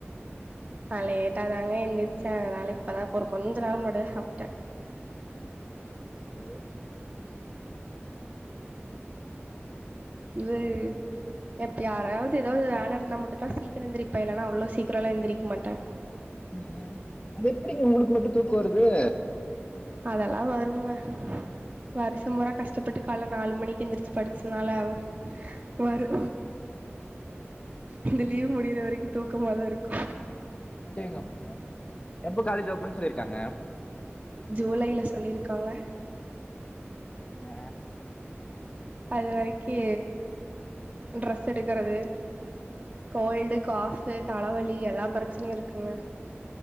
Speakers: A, on the right (about 30°); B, on the left (about 25°).
A: கால்ல லேட்டா தாங்க எந்திருச்ச. அதுனால இப்பதா கொரு கொஞ்ச நேரோ முன்னாடிதா சாப்ட்டே.
B: என்னது
A: ஏய் எப்ப யாராவது ஏதாவது வேல இருந்தா மட்டு தா சீக்கிரோ எந்திரப்பே இல்லன்னா அவ்ளோ சீக்கிரல்லா எந்திரிக்க மாட்ட
B: ம்ஹும் அது எப்பிடிங்க உங்களுக்கு மட்டு தூக்கோ வருது.
A: அதெல்லா வருங்க வருஷம்புரா கஷ்டப்பட்டு கால்ல நாலு மணிக்கி எந்திரி ச்சு படிச்சனால வரு இந்த லீவ் முடியிற வரைக்கு தூக்கமாதாருக்கு.
B: அடேங்கப்பா எப்ப காலேஜ் ஓப்பன்னு சொல்லிருக்காங்க
A: ஜூலையில சொல்லிருக்காங்க.
B: ன
A: அது வரைக்கி ட்ரெஸ் எடுக்குறது. கோல்டு காஃப் து தலவலி எல்லா பிரச்சனையு இருக்குங்க